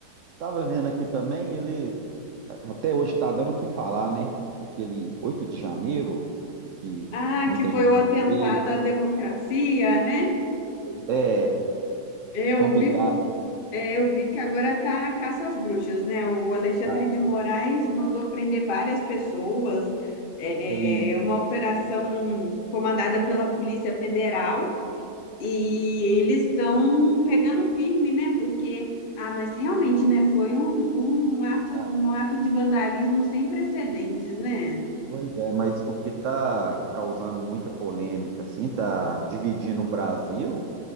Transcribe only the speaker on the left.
Ah,
que
foi o
atentado
à democracia, né?
Eu
vi,
é, eu vi que agora tá a caça às bruxas, né? O Alexandre
de Moraes mandou prender várias pessoas. É
é é uma operação comandada pela Polícia Federal e
eles estão pegando firme, né? Porque, ah, mas realmente, né? Foi um, um ato, um
ato de vandalismo sem precedentes,
né?